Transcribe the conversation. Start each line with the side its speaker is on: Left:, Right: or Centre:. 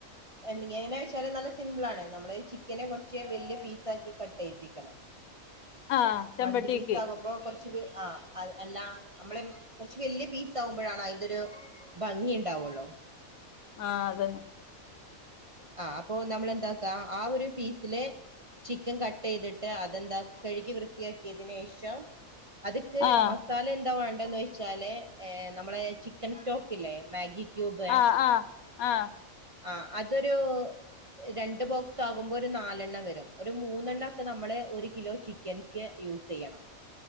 Right: എങ്ങനാ വെച്ചാല് നല്ല സിമ്പിളാണ് നമ്മള് ചിക്കനെ കുറച്ച് വല്ല്യ പീസ ആക്കി കട്ട്യിപ്പിക്കണം
Left: ആഹ് ചെമ്പട്ടിക്ക്
Right: മന്തി പീസ് ആകുമ്പോ കുറച്ച് ആഹ് അ അല്ല നമ്മളെ കുറച്ച് വല്യയ പീസ് ആകുമ്പഴാണ് അയിന്റെരു ഭംഗി ഇണ്ടാവൊള്ളു
Left: ആഹ് അതന്നെ
Right: ആഹ് അപ്പൊ നമ്മൾ എന്താക്ക ആഹ് ഒരു പീസിലെ ചിക്കൻ കട്ട്യ്ത് അതെന്താ കഴുകി വൃത്തിയാക്കിയതിനേഷം അത്ക്ക്
Left: ആഹ്
Right: മസാല എന്താ വേണ്ടന്ന് വെച്ചാല് നമ്മളെ ചിക്കൻ സ്റ്റോക്ക് ഇല്ലേ മാഗി ക്യൂബ്
Left: ആഹ് ആഹ് ആഹ്
Right: ആ അതൊരു രണ്ട് ബോക്സ് ആകുമ്പോ ഒരു നാലെണ്ണം വരും ഒരു മൂന്നെണ്ണ ഒക്കെ നമ്മള് ഒരു കിലോ ചി- കനിക്ക് യൂസെയ്യണം.